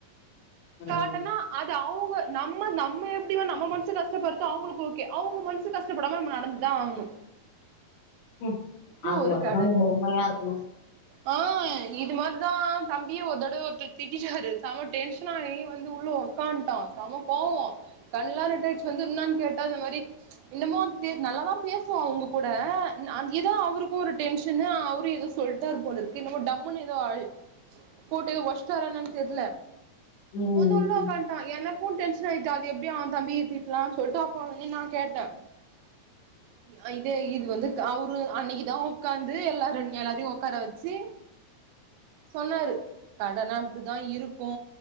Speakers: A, on the left (about 85°); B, on the right (about 85°).
A: ம்,
B: காட்டனா அது அவுங்க நம்ம நம்ம எப்டியோ நம்ம மனசு கஷ்டப்படுத்த அவுங்களுக்கு ஓகே அவுங்க மனசு கஷ்டப்படாம நம்ம நடந்து தா ஆகுணு
A: ஹும் ஆக
B: ஒரு
A: மொத்தோ
B: கட
A: நம்ம பொம்மையா இருக்கணு
B: ஆ இது மாரிதா தம்பிய ஒரு தடவ ஒருத்த திட்டிடாரு செம டென்ஷனாயி வந்து உள்ள உக்கான்ட்டா சம கோவோ கண்லா ரெட் ஆயிட்ச்சி வந்து இன்னான் கேட்டா இந்த மாரி இன்னமோ தே நல்லாதா பேசுவா அவுங்க கூட நா அங் எதோ அவுருக்கு ஒரு டென்ஷனு அவுரு எதோ சொல்ட்டாரு போலருக் என்னுமோ டம்முனு எதோ அயி போட்டு ஒஷ்ட்டாரானு என்னனு தெர்ல
A: ம்,
B: பொந்து உள்ள
A: ம்,
B: உக்காந் டா எனக்கு டென்ஷன் ஆயிட்டு அது எப்டி அவ தம்பிய திட்லானு சொல்ட்டு அப்போ அவ நின்னா கேட்ட இ இதே இது வந்து அவுரு அன்னக்கிதா உக்காந்து எல்லாரு எல்லாரையு உக்கார வச்சு சொன்னாரு கடனா அப்டிதா இருக்கு